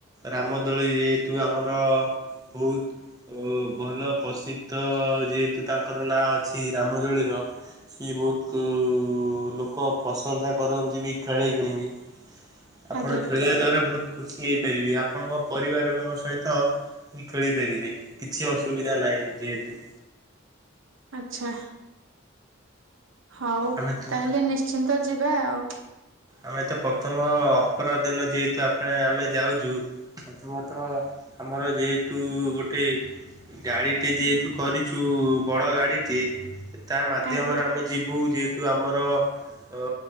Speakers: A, on the right; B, on the right.
A: ରାମଦୋଳି ଏତୁ ଆମର ବୋହୁତ ଓ ଭଲ ପସିଦ୍ଧ ଯେହେତୁ ତାଙ୍କର ନାଁ ଅଛି ରାମଦୋଳିର। ସିଏ ବୋହୁତୁ ଲୋକ ପ୍ରଶଂସା କରନ୍ତି ବି ଖେଳେଇ କିିଣି ବିି। ଆପଣ
B: ଆଜ୍ଞା
A: ଖେଳିବା ଦ୍ଵାରା ବହୁତ ଖୁସି ହେଇପାରିବେ ଆପଣଙ୍କ ପରିବାରଙ୍କ ସହିତ। ବି ଖେଳି ପାରିବେ କିଛି ଅସୁବିଧା ନାଇଁ ଯେହେତୁ।
B: ଆଚ୍ଛା। ହଉ
A: ଆମେ ତ
B: ତାହେଲେ ନିଶ୍ଚିନ୍ତ ଯିବା ଆଉ।
A: ଆମେ ତ ପଥମ ଅପରାଧିନ ଯେହେତୁ ଆପେ ଆମେ ଯାଉଛୁ ପ୍ରଥମ ତଃ ଆମର ଯେହେତୁ ଗୋଟେ ଗାଡ଼ିଟେ ଯେହେତୁ କରିଛୁ ବଡ ଗାଡ଼ିଟେ ତା ମାଧ୍ୟମରେ
B: ଆଜ୍ଞା
A: ଆମେ ଯିବୁ ଯେହେତୁ ଆମର ଅ